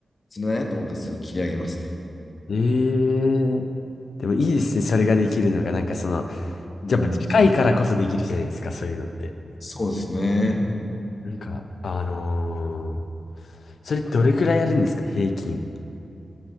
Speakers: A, on the left; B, on the left.
A: 釣れないなと思ったらすぐ切り上げますね。
B: うん。ええでもいいですね、それができるのが。なんかその、
A: うん。
B: やっぱ近いからこそできるじゃないですか、そういうのって。
A: そうですね。
B: なんか、あのー、それどれくらいやるんですか、平均。